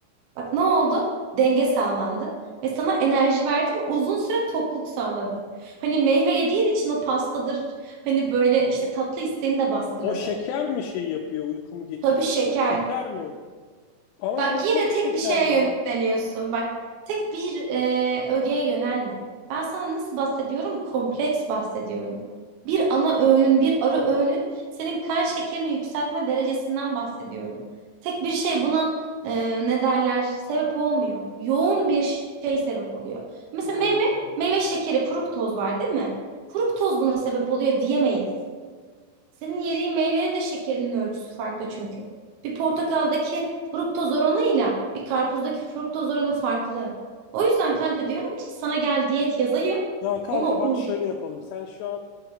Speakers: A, on the right; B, on the left.
A: Bak ne oldu? Denge sağlandı ve sana enerji verdi ve uzun süre tokluk sağladı. Hani meyve yediğin için o pastadır, hani böyle işte tatlı isteğini de baskıladı.
B: O şeker mi şey yapıyor, uykumu getirtiyor?
A: Tabii şeker.
B: Şeker mi? Ama
A: Bak
B: yemekte
A: yine
B: de
A: tek
B: şeker
A: bir şeye
B: var.
A: yöneliyorsun. Bak tek bir e, ögeye yönelme. Ben sana nasıl bahsediyorum? Kompleks bahsediyorum. Bir ana öğünün, bir ara öğünün senin kan şekerini yükseltme derecesinden bahsediyorum. Tek bir şey buna e, ne derler? Sebep olmuyor. Yoğun bir şey sebep oluyor. Mesela
B: Hmm.
A: meyve, meyve şekeri, fruktoz var değil mi? Fruktoz buna sebep oluyor diyemeyiz. Senin yediğin meyvenin de şekerinin ölçüsü farklı çünkü. Bir portakaldaki fruktoz oranıyla bir karpuzdaki fruktoz oranı farklı. O yüzden kanka diyorum ki sana gel diyet yazayım.
B: Ya kanka
A: Ona uy.
B: bak şöyle yapalım. Sen şu an